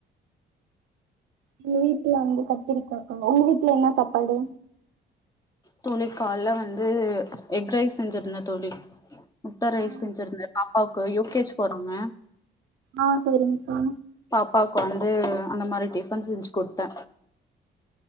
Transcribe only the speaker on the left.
தோழி கால்ல வந்து எக் ரைஸ் செஞ்சிருந்தே தோழி முட்ட ரைஸ்
செஞ்சிருந்தே பாப்பாவுக்கு யூ கே ஜி போறாங்க
பாப்பாக்கு வந்து அந்த மாரி டிபன் செஞ்சு கொடுத்தே